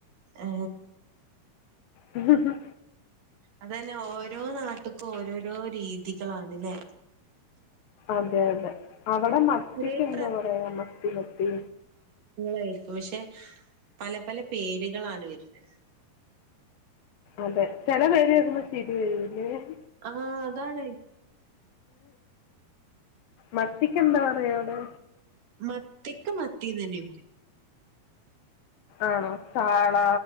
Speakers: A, on the right; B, on the left.
A: ആ
B: ഉഹ ഹ
A: അതന്നെ ഓരോ നാട്ടക്കും ഓരോരോ രീതികളാണ്ല്ലേ
B: അതെ അതെ അവിടെ മത്തിക്ക്
A: ഒരേ
B: എന്താ
A: പ്ര
B: പറയാ മത്തി മത്തി
A: ായിരിക്കും പക്ഷെ പല പല പേരുകളാണ് വരുന്നത്
B: അതെ ചെില പേര് കേൾക്കുമ്പോൾ ചിരി വരൂല്ലേ ഇ
A: ആഹ് അതാണ്.
B: മത്തിക്ക് എന്താ പറയാ അവിടെ
A: മത്തിക്ക് മത്തി നന്നെയാ പറയാ
B: ആണോ ചാള